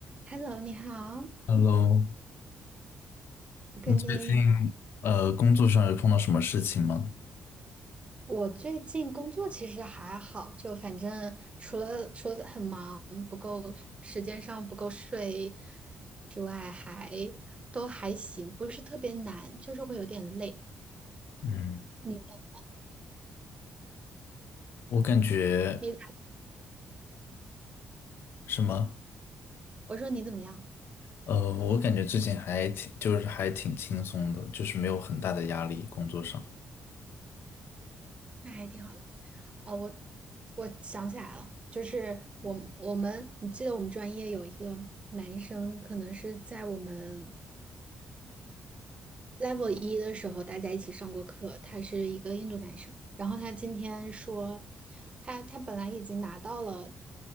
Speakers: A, on the right; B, on the left.
A: Hello，你好，
B: Hello，
A: 我跟你，
B: 你最近呃工作上有碰到什么事情吗？
A: 我最近工作其实还好，就反正除了除了很忙，不够时间上不够睡之外，还都还行，不是特别难，就是会有点累。
B: 嗯，
A: 你呢
B: 我感觉
A: 你
B: 什么？
A: 我说你怎么样？
B: 呃，我感觉最近还挺，就是还挺轻松的，就是没有很大的压力，工作上。
A: 那还挺好的。哦，我我想起来了，就是我我们，你记得我们专业有一个男生，可能是在我们。level 一的时候，大家一起上过课，他是一个印度男生，然后他今天说，他他本来已经拿到了，